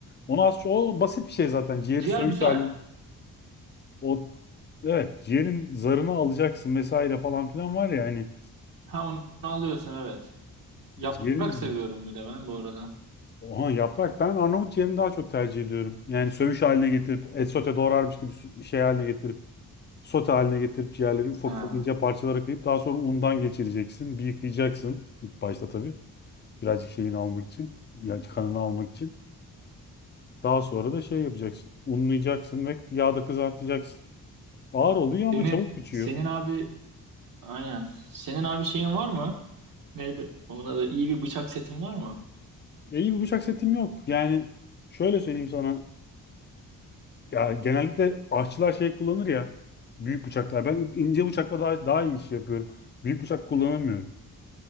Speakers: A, on the left; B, on the right.
A: Onu az çok, o basit bir şey zaten. Ciğeri
B: ciğer
A: söğüt
B: güzel.
A: haline. O evet ciğerin zarını alacaksın vesaire falan filan var ya hani
B: Ha onu alıyorsun evet. Yaprak
A: ciğerin
B: seviyorum bir de ben bu arada.
A: Oha yaprak ben Arnavut yerini daha çok tercih ediyorum. Yani sövüş haline getirip et sote doğrarmış gibi sü- şey haline getirip sote haline getirip ciğerleri ufak
B: Ha.
A: ufak ince parçalara kıyıp daha sonra undan geçireceksin. Bir yıkayacaksın ilk başta tabii. Birazcık şeyini almak için. Ya kanını almak için. Daha sonra da şey yapacaksın. Unlayacaksın ve yağda kızartacaksın. Ağır oluyor ama
B: Senin
A: çabuk bitiyor.
B: senin abi aynen. Senin abi şeyin var mı? Neydi? Ona da iyi bir bıçak setin var mı?
A: E, iyi bir bıçak setim yok. Yani şöyle söyleyeyim sana. Ya genellikle aşçılar şey kullanır ya büyük bıçaklar. Ben ince bıçakla daha daha iyi iş yapıyorum. Büyük bıçak kullanamıyorum.